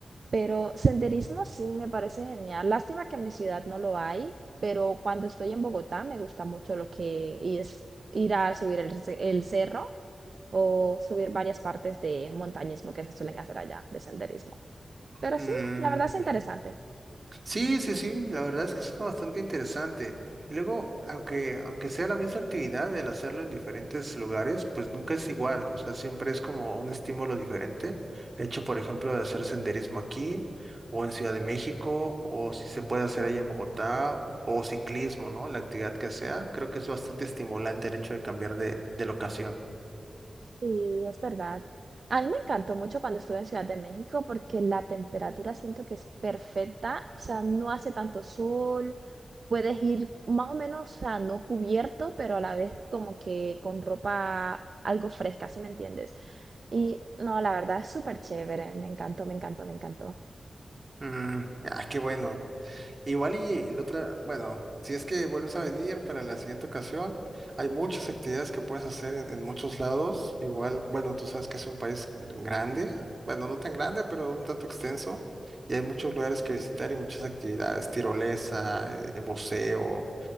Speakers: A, on the right (about 60°); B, on the right (about 40°).
A: pero senderismo sí me parece genial. Lástima que en mi ciudad no lo hay, pero cuando estoy en Bogotá me gusta mucho lo que es ir a subir el, ce- el cerro o subir varias partes de montañismo que se suelen hacer allá, de senderismo. Pero
B: Mm,
A: sí, la verdad es interesante.
B: ujú. Sí, sí, sí, la verdad es que es bastante interesante. Y luego, aunque, aunque sea la misma actividad, el hacerlo en diferentes lugares, pues nunca es igual, o sea, siempre es como un estímulo diferente. El hecho, por ejemplo, de hacer senderismo aquí, o en Ciudad de México, o si se puede hacer ahí en Bogotá, o ciclismo, ¿no? La actividad que sea, creo que es bastante estimulante el hecho de cambiar de, de locación.
A: Sí, es verdad. A mí me encantó mucho cuando estuve en Ciudad de México porque la temperatura siento que es perfecta, o sea, no hace tanto sol, puedes ir más o menos, o sea, no cubierto, pero a la vez como que con ropa algo fresca, si me entiendes? Y no, la verdad es súper chévere, me encantó, me encantó, me encantó.
B: Mm, ah, qué bueno. Igual y la otra, bueno, si es que vuelves a venir para la siguiente ocasión, hay muchas actividades que puedes hacer en, en muchos lados. Igual, bueno, tú sabes que es un país grande, bueno, no tan grande, pero un tanto extenso. Y hay muchos lugares que visitar y muchas actividades, tirolesa, eh, buceo,